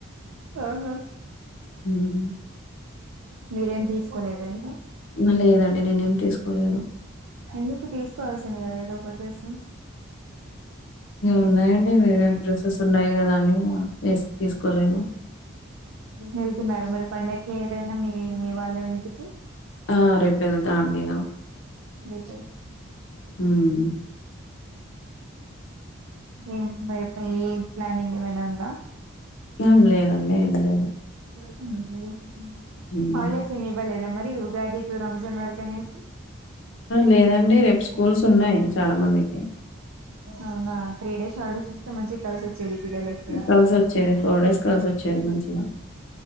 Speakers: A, on the right; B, on the left.
A: ఆహో
B: హ్మ్.
A: మీరేం తీసుకోలేదంని
B: ఆ! లేదండి. నేనేం తీసుకోలేదు.
A: ఎందుకు తీసుకోవాల్సింది కదా ఏదో పకాస
B: ఉన్నాయండి వేరే డ్రెస్సెస్ ఉన్నాయి కదా అని వ తీసుకోలేరు
A: వెళ్తున్నారు మరి పండగకి ఏదైనా మీ మీ వాళ్ళ ఇంటికి
B: ఆ! రేపెళ్తా అండి ఇగ.
A: ఏ <inaudible>
B: హ్మ్.
A: ఏండ్ ఐపోయి ప్లానింగు వైనాందా
B: ఏం లేదండి ఏం లేదు
A: <inaudible>
B: హ్మ్.
A: హాలిడేస్ ఏం ఇవ్వలేదా మరి ఉగాది టూ రంజాన్ వరకు అనేసి
B: లేదండి రేపు స్కూల్స్ ఉన్నాయి చాలా మందికి
A: అవునా త్రీ డేస్ హల్డేస్ ఇస్తే మంచిగ కలిసొచ్చేది పిల్లలకి కూడా
B: కలిసి వచ్చేది
A: అవును
B: ఫోర్ డేస్ కలిసి వచ్చేది మంచిగా